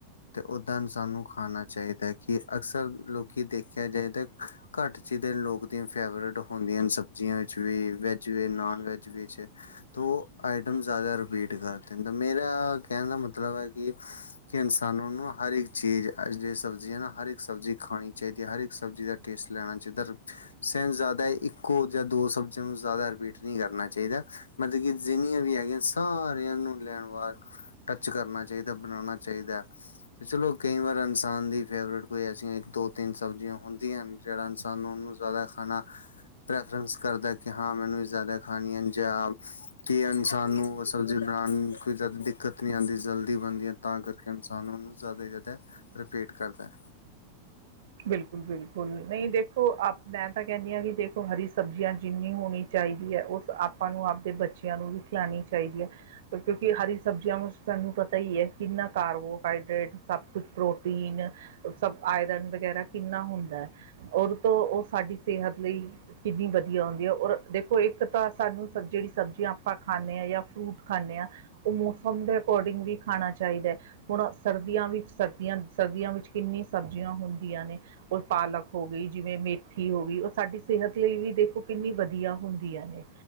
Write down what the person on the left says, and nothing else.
ਤੇ ਓਦਾਂ ਸਾਨੂੰ ਖਾਣਾ ਚਾਈਦਾ ਕਿ ਅਕਸਰ ਲੋਕੀ ਦੇਖਿਆ ਜਾਏ ਤਾਂ ਘੱਟ ਚੀਜ਼ਾਂ ਲੋਕ ਦੀਆਂ ਫੇਵਰੇਟ ਹੁੰਦੀਆਂ ਸ ਬਜਿਆ ਚ ਵੀ, ਵੈਜ ਵੀ, ਨੋਨ ਵੈਜ ਵਿੱਚ। ਤੋ ਓ ਆਈਟਮ ਜੈਦਾ ਰਿਪੀਟ ਕਰਦੇ ਨੇ ਤਾਂ ਮੇਰਾ ਕੈਣ ਦਾ ਮਤਲਬ ਐ ਕਿ ਕਿ ਇਨਸਾਨਾਂ ਨੂੰ ਹਰ ਇੱਕ ਚੀਜ਼ ਅਜੇ ਸਬਜ਼ੀਆਂ ਨਾ ਹਰ ਇੱਕ ਸਬਜ਼ੀ ਖਾਣੀ ਚਾਈਦੀ ਹੈ ਹਰ ਇੱਕ ਸਬਜ਼ੀ ਦਾ ਟੇਸਟ ਲੈਣਾ ਚਈਦਾ। ਸੇਂਸ ਜਾਦਾ ਇੱਕੋ ਜਾਂ ਦੋ ਸਬਜੀਆਂ ਨੂੰ ਜਾਦਾ ਰਿਪੀਟ ਨੀ ਕਰਨਾ ਚਾਈਦਾ। ਮਤਲਬ ਕਿ ਜਿੰਨੀਆਂ ਵੀ ਹੈਗੀਆਂ ਸਾਰਿਆਂ ਨੂੰ ਲੈਣ ਵਾਰ ਟੱਚ ਕਰਨਾ ਚਾਈਦਾ, ਬਣਾਣਾ ਚਾਈਦਾ ਤੇ ਚਲੋ ਕਈ ਵਾਰ ਇਨਸਾਨ ਦੀ ਫੇਵਰੇਟ ਕੋਈ ਐਸੀਆਂ ਦੋ-ਤਿੰਨ ਸਬਜ਼ੀਆਂ ਹੁੰਦੀਆਂ ਹਨ ਜੇੜਾ ਇਨਸਾਨ ਨੂੰ ਉਨੂੰ ਜੈਦਾ ਖਾਣਾ ਪ੍ਰੈਫਰਂਸ ਕਰਦਾ ਕਿ ਹਾਂ ਮੈਨੂੰ ਜੈਦਾ ਖਾਣੀਆਂਨ ਜਾਂ ਕੀ ਇਨਸਾਨ ਨੂੰ ਸਬਜ਼ੀ ਬਣਾਣ ਨੂੰ ਕੋਈ ਜੈਦਾ ਦਿੱਕਤ ਨੀ ਆਂਦੀ ਜਲਦੀ ਬਣਦੀਐ ਤਾਂ ਕਰਕੇ ਇਨਸਾਨ ਉਨੂੰ ਜੈਦਾ <unintelligible> ਰਿਪੀਟ ਕਰਦਾ।